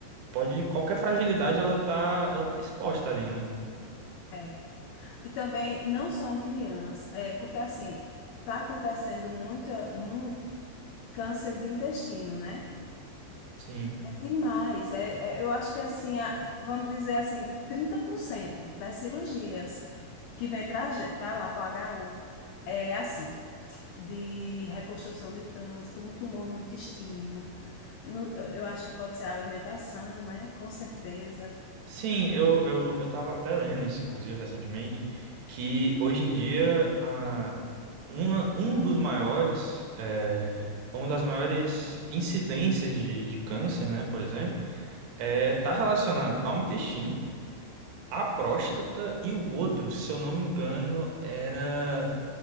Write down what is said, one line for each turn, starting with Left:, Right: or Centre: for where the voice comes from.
Right: pode, qualquer fragilidade ela tá, ela tá exposta ali, né?
Left: é. E também, não só em criança, é porque assim, tá acontecendo muito, muito câncer de intestino, né?
Right: Sim.
Left: É demais. É, é- eu acho que assim, a- vamos dizer assim, 30% das cirurgias que vem para lá, para o HU, é assim. de reconstrução de trânsito, um tumor no intestino. Eu, eu acho que pode ser a alimentação, né? Com certeza.
Right: Sim, eu, eu, eu tava até lendo isso, inclusive, recentemente, que hoje em dia a, uma, um dos maiores, é, uma das maiores incidências de, de câncer, né, por exemplo, é, tá relacionado ao intestino, à próstata e o outro, se eu não me engano, era